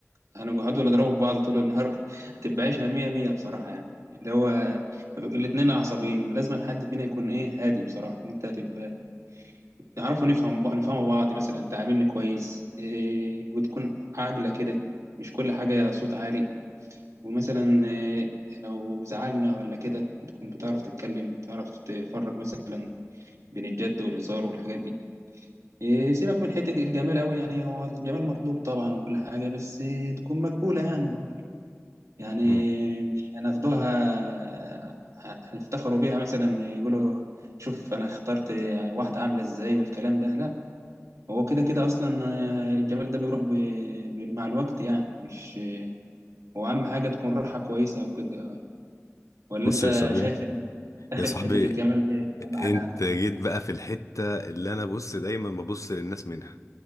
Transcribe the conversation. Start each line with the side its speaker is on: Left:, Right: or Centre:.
Right: هنقعدوا نضربوا في بعض طول النهار <laughs> هتبقى عيشة مية مية بصراحة يعني اللي هو الاتنين عصبيين لازم حد فينا يكون ايه هادي بصراحة انت تبقى نعرفوا نفهم بق- نفهموا بعض مثلا انت عاملني كويس إيه وتكون عاجلة كده مش كل حاجة صوت عالي ومثلا إيه لو زعلنا ولا كده تكون بتعرف تتكلم بتعرف تفرج مثلا بين الجد والهزار والحاجات دي إيه سيبك من حتة الجمال أوي يعني هو الجمال مطلوب طبعا وكل حاجة بس إيه تكون مقبولة يعني يعني
Left: مم.
Right: مش هناخدوها هنفتخروا بيها مثلا يقولوا شوف انا اخترت واحدة عاملة ازاي والكلام ده لا هو كده كده اصلا الجمال ده بيروح ب- ب- مع الوقت يعني مش هو اهم حاجة تكون راحة كويسة وكده ولا
Left: بص
Right: انت
Left: يا صاحبي
Right: شايف ان داخل
Left: يا صاحبي
Right: في حتة الجمال دي اهم حاجة
Left: انت
Right: عندك
Left: جيت بقى في الحتة اللي انا بص دايما ببص للناس منها